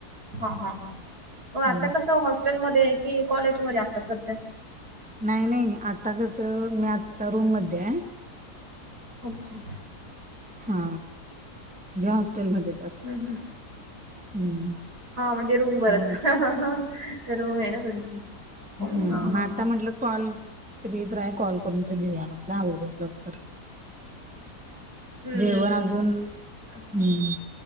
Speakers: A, on the right; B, in the centre.
A: हा हा हा, म आता
B: हम्म.
A: कसं हॉस्टेलमध्ये कि कॉलेजमध्ये आता सध्या?
B: नाही नाही आता कस, मी आता रूम मध्ये आहे.
A: अच्छा.
B: हा जे हॉस्टेलमध्येच हाय.
A: हम् हम्.
B: हम्म.
A: हा म्हणजे रूम वरच,
B: मग
A: रूम आहे ना तुमची.
B: हम्
A: हां हां.
B: मग आता म्हटलं, कॉल त्रीत हाय, कॉल करून तर घेऊया म्हटलं आवरूया लवकर.
A: हं
B: जेवण
A: हं हं
B: अजून
A: हं अच्छा
B: हुं